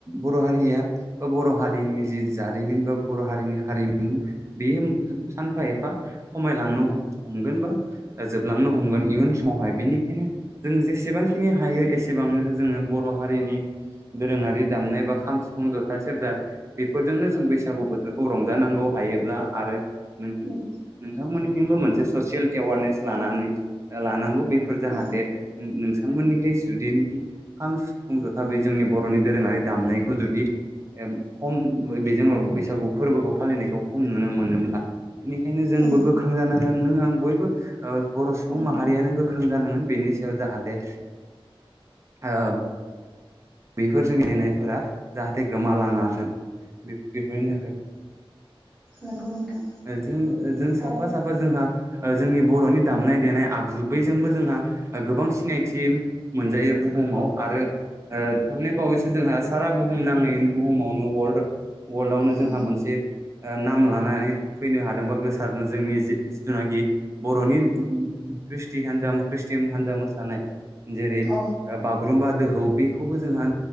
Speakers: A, on the right (about 30°); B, in the centre.
A: बर' हारिया बा बर' हारिनि जि जारिमिन बा बर' हारिनि हारिमु बेयो सानफा एफा खमायलांनो ह हमगोन बा ओ जोबलांनो हमगोन इयुन समावहाय। बेनिखायनो जों जेसेबांखिनि हायो एसेबांनो जोङो बर' हारिनि दोरोङारि दामनाय एबा खाम सिफुं ज था सेरजा बेफोरजोंनो जों बैसागु बोथोरखौ रंजानांगौ हायोब्ला आरो नों
B: उम
A: नोंथांमोननिथिंबो मोनसे ससियेल एवारनेस लानानै। ओ लानांगौ बेफोर जाहाथे
B: उम
A: नों नोंथांमोननिखाय जुदि खाम, सिफुं, जथाबै जोंनि बर'नि दोरोङारि दामनायखौ जुदि एम खम बे जोंङो बैसागु फोरबोखौ फालिनायखौ खम नुनो मोनोब्ला बेनिखायनो जोंबो
B: उम
A: गोख्रों जानांगोन नों आं बयबो बर' सुबुं
B: उम
A: माहारियानो गो ख्रों जानांगोन बेनि सायाव जाहाथे ओ बेफोरजों गेलेनायफोरा जाहाथे गोमालाङाथों बे बेफोरनि थाखाय
B: नोंगौ नोंथां।
A: ओजों -ओजों साफा-साफा
B: आरो
A: जोंहा ओ जोंनि बर'नि दामनाय देनाय आगजु बैजोंबो जोंहा गोबां सिनायथि मोनजायो बुहुमाव आरो ओ थांनाय बावैसो जोंहा सारा बुहुम नाङै बुहुमावनो वर्ल्ड वर्ल्डआवनो
B: उम
A: जोंहा मोनसे ओ नाम लानानै फैनो हादोंबा गोसारदों जोंनि जि जिथुनाखि। बर'नि ख्रिस्टि हान्जा ख्रिस्टिम हान्जा मोसानाय। जेरै ओ
B: औ
A: बागुरुम्बा दोहौ बेखौबो जोंहा